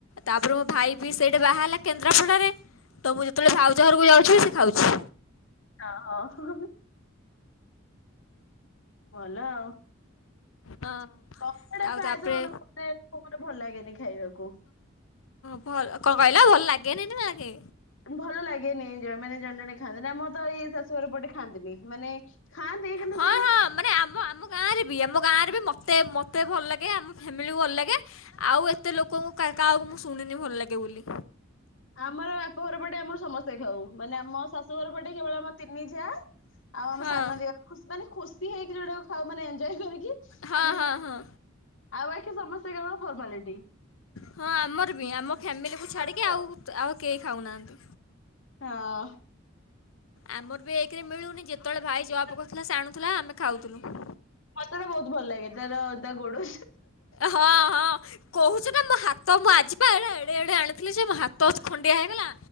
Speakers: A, on the left; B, on the left.
A: ତାପରେ ମୋ ଭାଇ ବି ସେଇଠେ ବାହା ହେଲା କେନ୍ଦ୍ରାପଡ଼ାରେ ତ ମୁଁ ଯେତେବେଳେ ଭାଉଜ ଘରକୁ ଯାଉଛି ସେ ଖାଉଛି।
B: ଓ ହ ହୁଁ ହୁଁ। ଭଲ ଆଉ।
A: ହଁ
B: କଙ୍କଡ଼ା
A: ଆଉ
B: ଫ୍ରାଏ
A: ତାପରେ
B: ତ ଅ ଗୋଟେ ଭଲ ଲାଗେନି ଖାଇବାକୁ।
A: ଭଲ କଣ କହିଲ ଭଲ ଲାଗେନି ନା ଲାଗେ
B: ଭଲ ଲାଗେନି ମାନେ ଜଣେ ଜଣେ ଖାଆନ୍ତି ନା ଆମର ତ ଏଇ ଶାଶୁଘର ପଟେ ଖାଆନ୍ତିନି। ମାନେ ଖାଆନ୍ତି କିନ୍ତୁ
A: ହଁ
B: ସେଥିପାଇଁ
A: ହଁ ମାନେ ଆମ ଆମ ଗାଁରେ ବି ଆମ ଗାଁରେ ବି ମ ମତେ ମତେ ଭଲ ଲାଗେ ଆମ ଫ୍ୟାମିଲିକୁ ଭଲ ଲାଗେ ଆଉ ଏତେ ଲୋକଙ୍କୁ କାହାକୁ ମୁଁ ଶୁଣିନି ଭଲ ଲାଗେ। ବୋଲି।
B: ଆମର ବାପ ଘର ପଟେ ଆମର ସମସ୍ତେ ଖାଉ ମାନେ ଆମ ଶାଶୁ ଘର ପଟେ କେବଳ ଆମ ତିନି ଯାଆ ଆଉ ଆମ
A: ହଁ
B: ସାନ ଦିଅର ମାନେ ଖୁସି ହେଇକି ଯୋଉଟାକୁ ଖାଉ ମାନେ <unintelligible> ଆଉ
A: ହଁ ହଁ ହଁ
B: ବାକି ସମସ୍ତେ କେବଳ ଫର୍ମାଲିଟି।
A: ହଁ ଆମର ବି ଆମ ଫ୍ୟାମିଲି କୁ
B: ଚଳିବ
A: ଛାଡିକି ଆଉ ଆଉ କେହି ଖାଉନାହାନ୍ତି।
B: ହଁ।
A: ଆମର ବି ଏକରେ ମିଳୁନି ଯେ ଯେତେବେଳେ ଭାଇ
B: ହଁ
A: ଜବ୍ କରୁଥିଲା ସେ ଆଣୁଥିଲା ଆମେ ଖାଉଥିଲୁ।
B: ମତେ ତ ବହୁତ ଭଲ ଲାଗେ ତାର ତା ଗୋଡ଼
A: ହଁ ହଁ କହୁଛୁ ନା ମୋ ହାତ ମୁଁ ଆଜି ଆ ଯିବା ଏଡ଼େ ଏଡ଼େ ଆଣୁଥିଲି ଯେ ମୋ ହାତ ଖଣ୍ଡିଆ ହେଇଗଲା